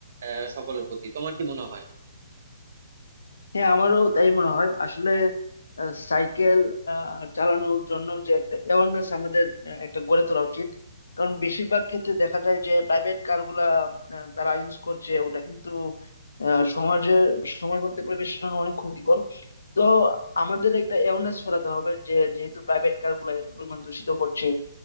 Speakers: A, on the right; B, on the left.
A: আহ, সকলের প্রতি তোমার কি মনে হয়
B: হ্যাঁ আমারও তাই মনে হয় আসলে আহ, সাইকেল আহ, চালানোর জন্য যে একটা অ্যাওয়ারনেস আমাদের আহ, একটা গড়ে তোলা উচিত কারণ বেশিরভাগ ক্ষেত্রে দেখা যায় যে প্রাইভেট কারগুলা আহ, তারা ইউজ করছে ওটা কিন্তু আহ, সমাজের সমাজ বলতে পরিবেশের জন্য অনেক ক্ষতিকর তো আমাদের একটা অ্যাওয়ারনেস ফেলাতে হবে যে যেহেতু প্রাইভেট কারগুলা এত পরিমাণ দূষিত করছে